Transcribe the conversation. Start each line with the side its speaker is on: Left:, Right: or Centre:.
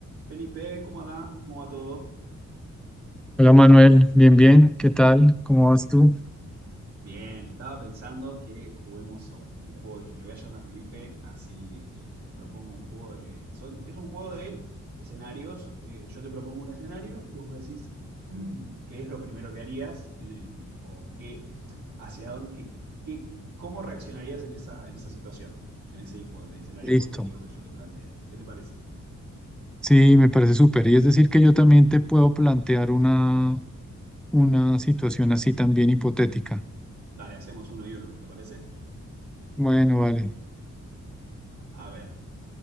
Right: Felipe, ¿cómo andás? ¿Cómo va todo?
Centre: Hola Manuel, bien, bien, ¿qué tal? ¿Cómo vas tú?
Right: Bien, estaba pensando que juguemos a un, un juego. Dije, le voy a llamar a Felipe, así eh, le propongo un juego de... son- es un juego de escenarios. eh, yo te propongo un escenario y vos me decís <clears throat> mm, qué es lo primero que harías eh, o qué, hacia dónde, qué, qué- cómo reaccionarías en esa, en esa situación, en ese hipo- de escenario
Centre: Listo.
Right: hipotético que yo te planteo. ¿Qué te parece?
Centre: Sí, me parece súper. Y es decir que yo también te puedo plantear una, una situación así también hipotética.
Right: Dale, hacemos uno y uno, ¿te parece?
Centre: Bueno, vale.
Right: A ver,